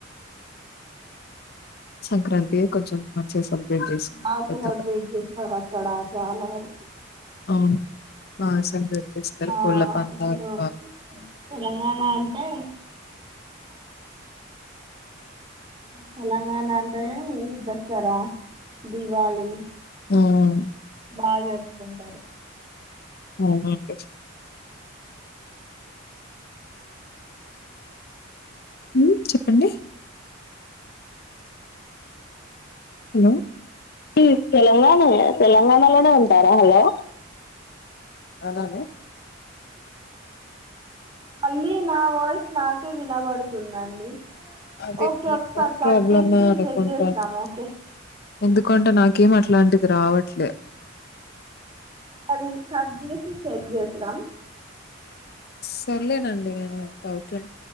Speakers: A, on the left; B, on the right.
A: సంక్రాంతియే కొంచెం మంచిగా సెలబ్రేట్ చేసుకు
B: బాగా
A: పెద్దగా
B: సెలబ్రేట్ చేస్తారు అక్కడ చాలా వరకు
A: అవును బానే సెలెబ్రేట్ చేస్తారు
B: ఆ
A: కోళ్ల పందలు
B: ఇప్పుడు తెలంగాణ అంటే తెలంగాణ అంటేనే దసరా దివాలి
A: హుం
B: బాగ జరుపుకుంటారు
A: అవునండి హుమ్ చెప్పండి హలో టి తెలంగాణల తెలంగాణలోనే ఉంటారా హలో అలానే
B: మళ్ళీ నా వాయిస్ నాకే వినబడుతుందండి
A: అది
B: ఓకే
A: మీ
B: ఒకసారి
A: ఫోన్
B: కట్
A: ప్రాబ్లమే
B: చేసి
A: అనుకుంటాను
B: చెక్ చేద్దాం ఓకే
A: ఎందుకంటే నాకేం అట్లాంటిది రావట్లే
B: అది కట్ జేసి చెక్ చేస్తాం
A: సర్లేనండి నేను డౌకేన్